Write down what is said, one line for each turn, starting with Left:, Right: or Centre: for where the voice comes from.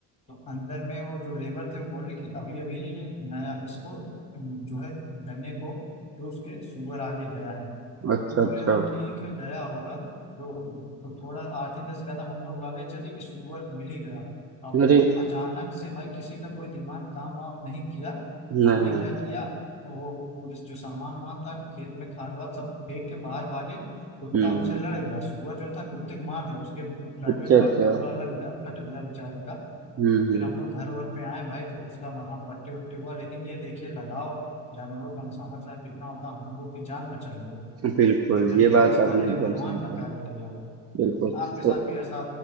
Left: तो अंदर में वो जो लेबर थे वो बोले कि अभी अभी ये नया इसको अम, जो है गन्ने को चूस के शुगर आगे गया है तो
Right: अच्छा,
Left: हम लोग बोले
Right: अच्छा।
Left: हाँ ठीक है गया होगा तो, तो थोड़ा आठ ही दस कदम हम लोग आगे चले कि शुगर मिल ही गया अब वो
Right: अरे!
Left: अचानक से भाई किसी का कोई दिमाग काम वाम नहीं किया हमने
Right: हाँ, हाँ।
Left: क्या किया तो वो वो जिस- जो सामान वामान था खेत में खाद वाद सब फेंक के बाहर भागे कुत्ता
Right: हुँ,
Left: उससे
Right: हुँ।
Left: लड़ गया सुअर जो था कुत्ते को मार दिया उसके प्राइवेट
Right: अच्छा,
Left: पार्ट
Right: अच्छा।
Left: पे थोड़ा लग गया फट गया बेचारे का
Right: हुँ,
Left: तो फिर
Right: हुँ।
Left: हम लोग घर वर पे आए भाई तो उसका मलहम पट्टी वट्टी हुआ लेकिन ये देखिए लगाओ जानवरों का इंसानों के साथ कितना होता है, हम लोगों की जान बचाई है
Right: बिल्कुल,
Left: एक तरीके
Right: ये बात
Left: से हमारे
Right: आपने
Left: लिए
Right: एकदम
Left: भगवान
Right: सही कही।
Left: का कार्य किया वो
Right: बिल्कुल,
Left: हम्म, आपके साथ
Right: तो
Left: भी ऐसा